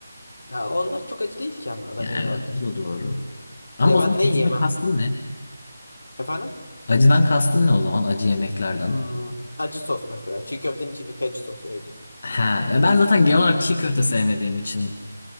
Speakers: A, on the left; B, on the left.
A: Ha, onlar çok acı değil ki ama Adana
B: Ya
A: yemem
B: evet
A: mesela.
B: bu da doğru. Ama
A: Ya
B: o
A: ben
B: zaman
A: ne yemem?
B: acıdan kastın ne?
A: Efendim?
B: Acıdan kastın ne o zaman acı yemeklerden?
A: Hmm, acı sos mesela. Çiğ köftenin içindeki acı sos öyle diyeyim.
B: Ha ya ben zaten genel olarak çiğ köfte sevmediğim için